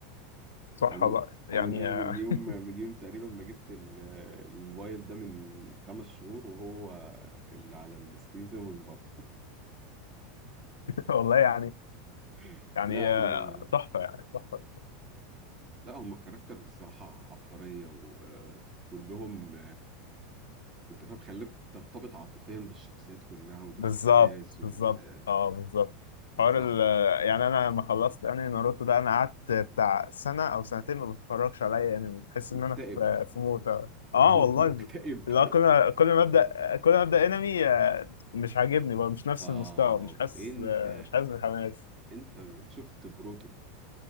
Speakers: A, on the left (about 85°); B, on the right (about 35°).
A: صح
B: يعني من
A: والله يعني
B: آه، من آه،
A: <laughs>
B: من يوم من يوم تقريبا ما جبت ال- آه، الموبايل ده من خمس شهور وهو اللي على السكرين سيفر من بره
A: والله يعني
B: <laughs>
A: يعني
B: لا احنا
A: تحفة يعني تحفة
B: لا هم الكاركترز الصراحه عبقريه وكلهم انت فاهم خليك ترتبط عاطفيا بالشخصيات كلها وبالاحداث
A: بالظبط
B: وبال
A: بالظبط اه بالظبط
B: بالظبط
A: حوار ال يعني انا لما خلصت يعني ناروتو ده انا قعدت بتاع سنه او سنتين ما بتفرجش عليا يعني بحس
B: مكتئب
A: ان انا في في موت
B: <laughs>
A: اه
B: اه
A: والله
B: مكتئب
A: لا كل كل ما ابدا كل ما ابدا انمي آه، مش عاجبني برضه مش نفس
B: طب
A: المستوى مش حاسس
B: انت
A: آه، مش حاسس بالحماس
B: انت شفت بروتو